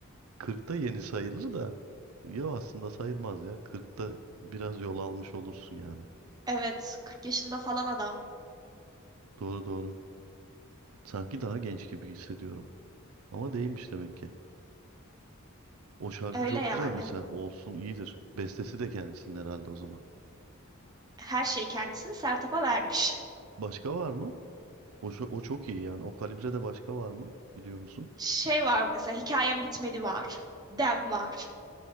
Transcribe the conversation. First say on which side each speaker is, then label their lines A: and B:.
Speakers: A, on the right (about 80°); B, on the right (about 20°).
A: 40'ta yeni sayılır da. Yo aslında sayılmaz ya. 40'ta biraz yol almış olursun yani.
B: Evet 40 yaşında falan adam.
A: Doğru doğru. Sanki daha genç gibi hissediyorum. Ama değilmiş demek ki. O şarkı
B: Öyle
A: çok
B: yani.
A: güzel mesela. Olsun iyidir. Bestesi de kendisinin herhalde o zaman.
B: Her şey kendisini Sertab'a vermiş.
A: Başka var mı? O, şu- o çok iyi yani. O kalibrede başka var mı? Biliyor musun?
B: Şey var mesela hikayem bitmedi var. Dem var.